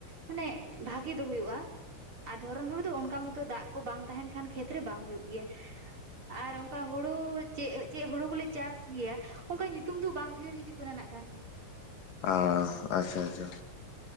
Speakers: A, on the right (about 40°); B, on the left (about 75°).
A: ᱢᱟᱱᱮ ᱵᱷᱟᱜᱤ ᱫᱚ ᱦᱩᱭᱩᱜᱼᱟ ᱟᱨ ᱫᱷᱚᱨᱚᱱ ᱦᱚᱲ ᱫᱚ ᱚᱱᱠᱟ ᱢᱚᱛᱚ ᱫᱟᱜ ᱠᱚ ᱵᱟᱝ ᱛᱟᱦᱮᱱ ᱠᱷᱟᱱ ᱠᱷᱮᱛᱨᱮ ᱵᱟᱝ ᱦᱩᱭᱩᱜ ᱜᱮᱭᱟ ᱟᱨ ᱚᱱᱠᱟ ᱦᱩᱲᱩ ᱪᱮᱫ ᱪᱮᱫ ᱦᱩᱲᱩ ᱠᱚᱞᱮ ᱪᱟᱥ ᱴᱷᱤᱠ ᱜᱮᱭᱟ ᱚᱱᱠᱟ ᱧᱩᱛᱩᱢ ᱫᱚ ᱵᱟᱝ ᱩᱭᱦᱟᱹᱨ ᱦᱤᱡᱩᱜ ᱠᱟᱱᱟ ᱱᱟᱜ ᱠᱷᱟᱱ
B: ᱚ ᱟᱪᱪᱷᱟ ᱟᱪᱪᱷᱟ